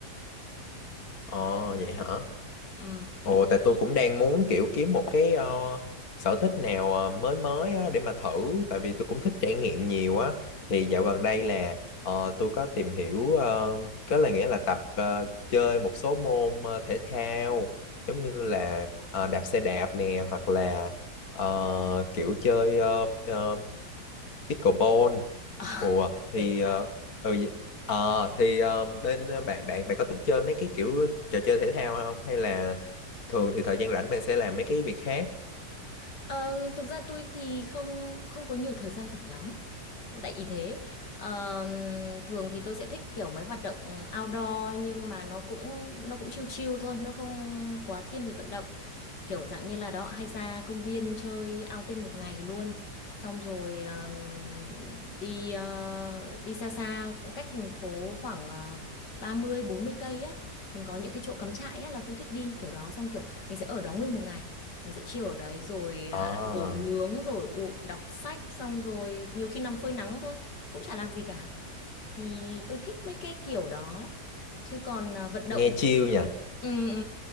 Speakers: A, on the left; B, on the left.
A: Ồ vậy hả?
B: ừ
A: Ồ, tại tôi cũng đang muốn kiểu kiếm một cái ờ, sở thích nào ờ, mới mới á, để mà thử tại vì tôi cũng thích trải nghiệm nhiều á thì dạo gần đây là ờ, tôi có tìm hiểu ờ, có là nghĩa là tập ờ, chơi một số môn ờ, thể thao giống như là ờ, đạp xe đạp nè hoặc là ờ, kiểu chơi uh, uh, pickleball
B: <laughs>
A: Ủa thì
B: thế
A: ờ,
B: hả?
A: ừ, vậy- ờ, thì ờ, bên ờ, bạn bạn bạn có thích chơi mấy cái kiểu trò chơi thể thao không hay là thường thì thời gian rảnh bạn sẽ làm mấy cái việc khác
B: Ờm, thực ra tôi thì không không có nhiều thời gian rảnh lắm. Tại ý thế, Ờm, thường thì tôi sẽ thích kiểu mấy hoạt động outdoor nhưng mà nó cũng nó cũng chill chill thôi, nó không quá thiên về vận động. Kiểu dạng như là đó hay ra công viên chơi outing một ngày luôn. Xong rồi ờm, đi ờ, đi xa xa cách thành phố khoảng ờ, 30 40 cây á, mình có những cái chỗ cắm trại á là tôi thích đi kiểu đó xong kiểu mình sẽ ở đó nguyên một ngày mình sẽ chill ở đấy rồi
A: Ờ,
B: ăn đồ nướng rồi u đọc sách xong rồi nhiều khi nằm phơi nắng thôi cũng chả làm gì cả thì tôi thích mấy cái kiểu đó chứ còn à, vận động
A: nghe chill nhỉ
B: ừ, ừ,